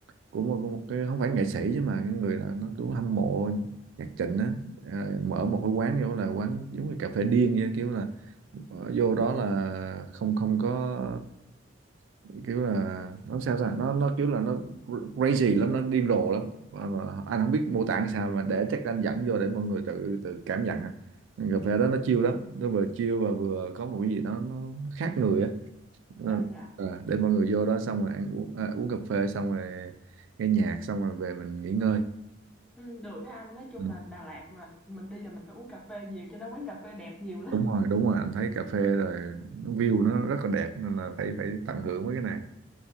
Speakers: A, on the right; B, in the centre.
A: của một, một cái không phải nghệ sĩ chứ mà cái người là nó cứ hâm mộ nhạc Trịnh á Ờ, mở một cái quán vô là quán giống như cà phê điên vậy kiểu là ờ, vô đó là không không có kiểu là nó sao ta nó nó kiểu là nó crazy lắm nó điên rồ lắm mà, mà anh không biết mô tả làm sao mà để chắc anh dẫn vô để mọi người tự tự cảm nhận ha cà phê đó nó chill lắm nó vừa chill và vừa có một cái gì đó nó khác người á Nên-
B: dạ dạ
A: à, để mọi người vô đó xong rồi ăn uống, à, uống cà phê xong rồi nghe nhạc xong rồi về mình nghỉ ngơi
B: Ừm, được cái anh nói chung
A: ừ.
B: là Đà Lạt mà mình đi là mình phải uống cà phê nhiều cho nó quán cà phê đẹp nhiều lắm
A: đúng rồi đúng rồi anh thấy cà phê rồi nó view nó rất là đẹp nên là phải phải tận hưởng với cái này